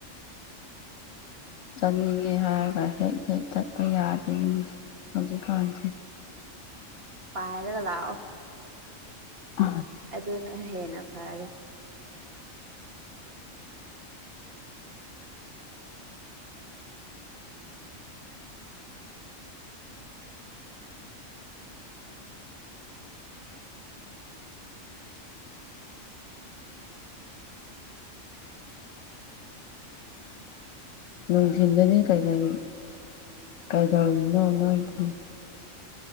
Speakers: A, on the left; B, on the right.
A: ꯆꯠꯅꯤꯡꯉꯦ ꯍꯥꯏꯔꯒ ꯍꯦꯛ ꯍꯦꯛ ꯆꯠꯄ ꯌꯥꯗꯦꯅꯤ ꯍꯧꯖꯤꯛꯀꯥꯟꯁꯦ
B: ꯄꯥꯏꯔꯒ ꯂꯥꯛ ꯑꯣ
A: ꯎꯝ
B: ꯑꯗꯨꯅ ꯍꯦꯟꯅ ꯐꯔꯦ
A: ꯅꯨꯡꯊꯤꯟꯜꯗꯅꯤ ꯀꯩꯀꯩ ꯀꯩꯗꯧꯔꯤꯅꯣ ꯅꯣꯏꯗꯤ